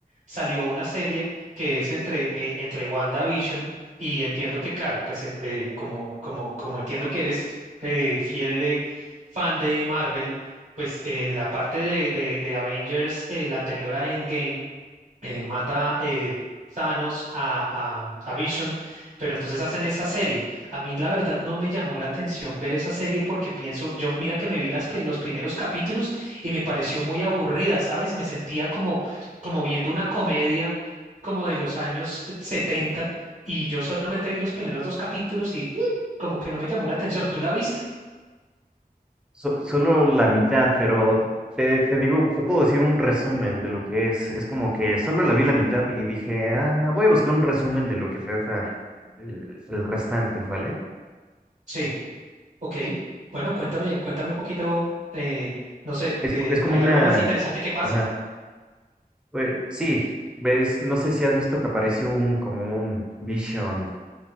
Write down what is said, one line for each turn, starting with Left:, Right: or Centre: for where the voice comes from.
Right: salió una serie que es entre, eh, entre WandaVision y entiendo que, claro, pues en- eh, como, como, como entiendo que eres eh, fiel eh, fan de Marvel, pues en la parte de, de, de Avengers, eh, la anterior a Endgame, eh, mata eh, Thanos a, a- mm, a Vision, pero entonces hacen esa serie. A mí la verdad no me llamó la atención ver esa serie porque pienso, yo mira que me vi las, pri- los primeros capítulos y me pareció muy aburrida, ¿sabes? Me sentía como, como viendo una comedia como de los años eh, setenta y yo solamente vi los primeros dos capítulos y mm, como que no me llamó la atención. ¿Tú la viste?
Centre: So- solo la mitad, pero te, te digo, te puedo decir un resumen de lo que es. Es como que solo la vi la mitad y dije, ah, voy a buscar un resumen de lo que trata el, el restante, ¿vale?
Right: Sí, ok. Bueno, cuéntame, cuéntame un poquito, eh, no sé,
Centre: Es,
Right: ¿te-
Centre: es como
Right: ¿hay
Centre: una...
Right: algo más interesante que pase?
Centre: Ajá, pues, sí, ves, no sé si has visto que apareció un, como un Vision,